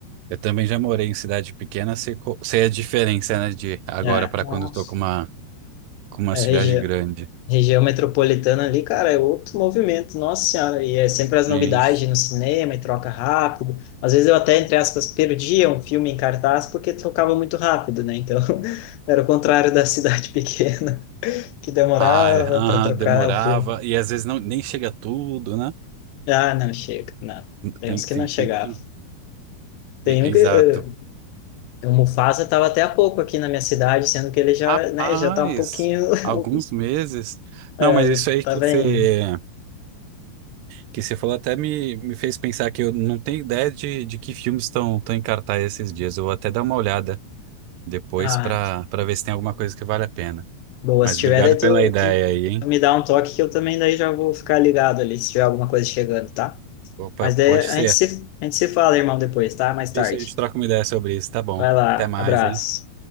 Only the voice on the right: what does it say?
Eu também já morei em cidade pequena, sei, co- sei a diferença, né, de agora
para
quando eu tô com uma, com uma
cidade
grande.
Isso.
Ah, é. Aham,
demorava.
E às vezes não, nem chega tudo, né?
Tem,
tem
filme que.
e-
Exato.
Rapaz,
alguns meses.
Não, mas isso
aí
que
você que você falou até me, me fez pensar que eu não tenho ideia de, de que filmes estão estão em cartaz esses dias. Eu vou até dar uma olhada depois
para para ver se tem alguma coisa que vale a pena.
Mas
obrigado
pela ideia
aí, hein?
Opa,
pode
ser.
Isso a gente troca uma ideia sobre isso, tá bom.
Até mais,
hein?